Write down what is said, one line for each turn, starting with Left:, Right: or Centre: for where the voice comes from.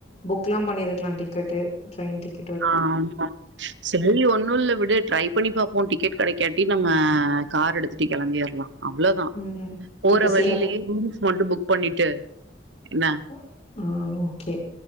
Left: புக் எல்லா பண்ணியிருக்கலா டிக்கெட்டு ட்ரெயின் டிக்கெட்
Right: ஆமா சொல்லி ஒன்னும் இல்ல விடு ட்ரை பண்ணி பாப்போ டிக்கெட் கிடைக்காட்டி நம்ம கார் எடுத்துட்டு கிளம்பிர்லா அவ்ளதா
Left: ம்
Right: போற
Left: இப்ப
Right: வழியிலயே
Left: சில
Right: ரூம்ஸ் மட்டு புக் பண்ணிட்டு என்ன
Left: அ ஆ ஓக்கே